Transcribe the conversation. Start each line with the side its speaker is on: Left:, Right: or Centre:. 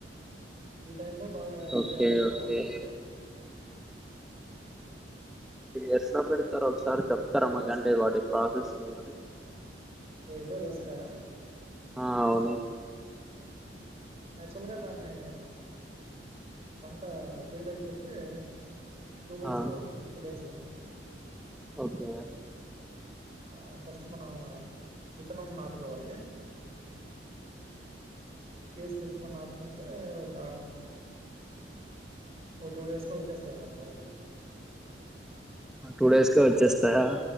Right: ఈ టైమ్ లో బాగా ఎండ
Centre: ఓకే
Right: కాస్తే
Centre: ఓకే
Right: బాగుంటుంది బ్రో
Centre: ఎట్లా పెడతరో ఒకసారి చెప్తార మాకంటే వాటి ప్రాసెస్ ఏమని
Right: ఏది బ్రో దోసకాయ
Centre: ఆ అవును
Right: యాక్చువల్ గా దాన్ని పంట పిడోచ్చేసి స్ టూ మంత్స్
Centre: ఆ
Right: బ్రో ఫ్రిప్త్ డేస్
Centre: ఓకే
Right: ఆ ఫస్ట్ మనం విత్తనం నాటుకోవాలి కేస్ తెచ్చుకొని నాటుకుంటే ఒక ఓ టూ డేస్ లో వచ్చేస్తాయి అన్మాట మొలకలు
Centre: టూ డేస్ కే వచ్చేస్తాయా